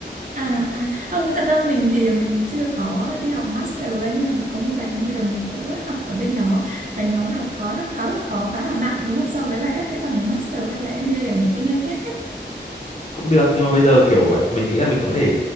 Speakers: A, on the right; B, on the left.
A: À, à không thật ra mình thì mình chưa có đi học master ấy, nhưng mà cũng có một vài cái người đồng nghiệp cũ ấy, học ở bên đó thầy nói là khó khá là khó khá là nặng đúng không so với lại các cái bằng master hay là MBA ở những cái nơi khác á.
B: cũng được nhưng mà bây giờ kiểu mình nghĩ là mình có thể